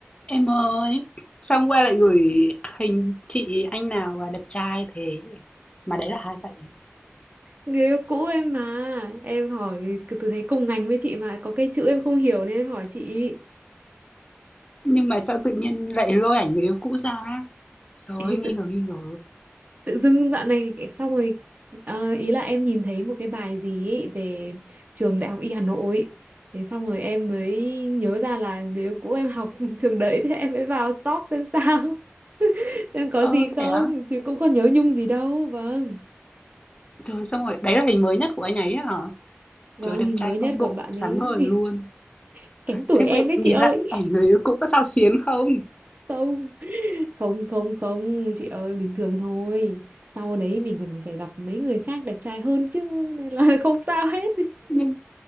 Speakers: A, on the left; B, on the right.
A: Em ơi, sao hôm qua lại gửi hình chị anh nào là đẹp trai thế? Mà đấy là hai vậy.
B: Người yêu cũ em mà Em hỏi từ thấy cùng ngành với chị mà Có cái chữ em không hiểu nên em hỏi chị
A: Nhưng mà sao tự nhiên lại lôi ảnh người yêu cũ ra? Trời
B: Ê,
A: ơi, nghi
B: tự,
A: ngờ nghi ngờ.
B: tự dưng dạo này xong rồi ờ, ý là em nhìn thấy một cái bài gì ấy về trường Đại học Y Hà Nội thế xong rồi em mới nhớ ra là người yêu cũ em học <laughs> trường đấy thế em mới vào stalk xem sao <laughs> xem có
A: Ơ
B: gì không
A: thế á?
B: chứ cũng có nhớ nhung gì đâu vâng
A: Trời xong rồi, đấy là hình mới nhất của anh ấy á hả?
B: vâng
A: Trời đẹp
B: hình
A: trai
B: mới nhất
A: phong độ,
B: của bạn
A: sáng
B: ấy
A: ngời
B: <laughs>
A: luôn.
B: kém tuổi
A: Thế
B: em
A: việc
B: đấy
A: nhìn
B: chị ơi
A: lại ảnh người yêu cũ có sao xuyến không?
B: <laughs> Không không không không chị ơi bình thường thôi sau đấy mình còn phải gặp mấy người khác đẹp trai hơn chứ nên là <laughs> không sao hết
A: Nhưng